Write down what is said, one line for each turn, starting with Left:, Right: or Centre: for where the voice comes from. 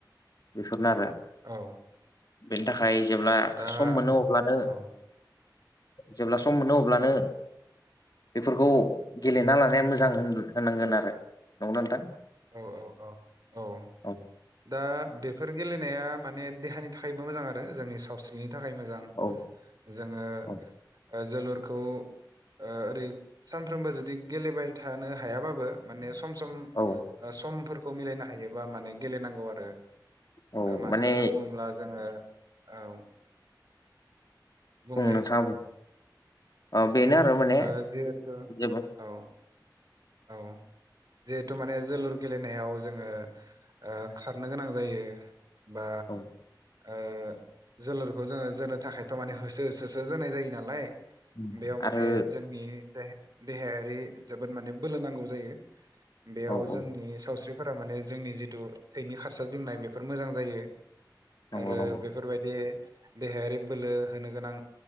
Left: बेफोरनो आरो
Right: औ
Left: बेनि थाखाय जेब्ला
Right: दा
Left: सम मोनो अब्लानो
Right: औ
Left: जेब्ला सम मोनो अब्लानो बेफोरखौ गेलेना लानाया मोजां होन-होननांगोन आरो नंगौ ना नोंथां?
Right: औ औ औ
Left: औ
Right: दा बेफोर गेलेनाया माने देहानि थाखायबो मोजां आरो जोंनि सावस्रिनि थाखाय मोजां,
Left: औ
Right: जोङो
Left: औ
Right: ओ जोलुरखौ ओरै सानफ्रोमबो जुदि गेलेबाय थानो हायाबाबो माने सम सम
Left: औ
Right: ओ समफोरखौ मिलायनो हायोबा माने गेलेनांगौ आरो।
Left: औ
Right: ओ मानो
Left: माने
Right: होनना बुङोब्ला जोङो औ बुंलाय
Left: बुं नोंथां, औ बेनो आरो माने
Right: ओ जिहेथु
Left: जेबो
Right: औ औ जिहेथु माने जोलुर गेलेनायाव जोङो ओ खारनो गोनां जायो। बा
Left: औ
Right: ओ जोलुरखौ जोङो जोनो थाखायथ' माने होसो होसोसो जोनाय जायो नालाय।
Left: उम
Right: बेयाव माने
Left: आरो
Right: जोंनि दे-देहायारि जोबोद माने बोलो नांगौ जायो, बेयाव
Left: औ
Right: जोंनि
Left: औ
Right: सावस्रि फोरा माने जोंनि जिथु थैनि खारसार दिंनाय बेफोर मोजां जायो।
Left: नंगौ
Right: आरो बे
Left: नंगौ
Right: बेफोरबायदि देहायारि बोलो होनो गोनां